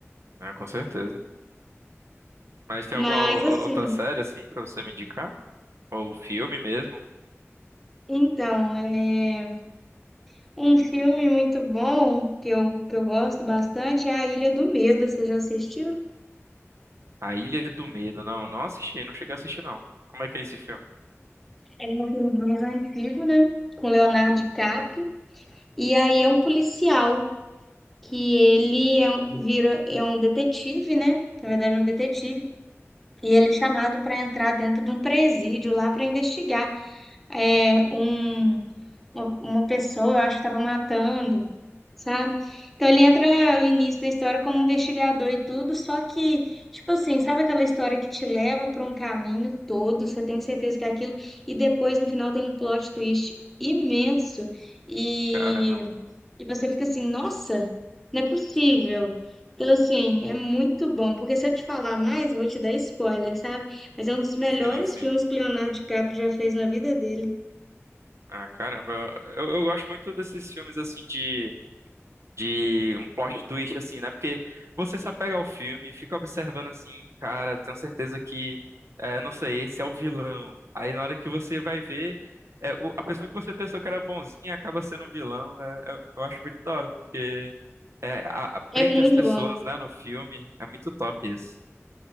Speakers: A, on the right; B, in the centre.
A: é Com certeza. Mas tem
B: Mas,
A: alguma o-
B: assim,
A: outra série assim pra você me indicar? Ou filme mesmo?
B: então, é... um filme muito bom que eu, que eu gosto bastante é A Ilha do Medo. Você já assistiu?
A: A Ilha do Medo. Não, não assisti, não cheguei a assistir não. Como é que é esse filme?
B: É um filme mais antigo, né? Com Leonardo DiCaprio. E aí é um policial. que ele é, um- vira, é um detetive, né? Na verdade, é um detetive. E ele é chamado para entrar dentro de um presídio lá para investigar é, um uma uma pessoa, eu acho que estava matando, sabe? Então ele entra
A: Hum,
B: no início da história como um investigador e tudo, só que, tipo assim, sabe aquela história que te leva para um caminho todo, você tem certeza que é aquilo, e depois no final tem um plot twist imenso e,
A: caramba.
B: e você fica assim, nossa, não é possível. Então, assim, é muito bom, porque se eu te falar mais, eu vou te dar spoiler, sabe? Mas é um dos melhores
A: Sim, sim.
B: filmes que Leonardo DiCaprio já fez na vida dele.
A: Ah, caramba. eu eu gosto muito desses filmes assim de de um plot twist, assim, né? Porque você se apega ao filme, fica observando assim, cara, tenho certeza que, é, não sei, esse é o vilão. Aí na hora que você vai ver, é, o- a pessoa que você pensou que era bonzinha acaba sendo o vilão. É, eu, eu acho muito da hora, porque é, a- aprende
B: É muito
A: as pessoas,
B: bom.
A: né, no filme. É muito top isso.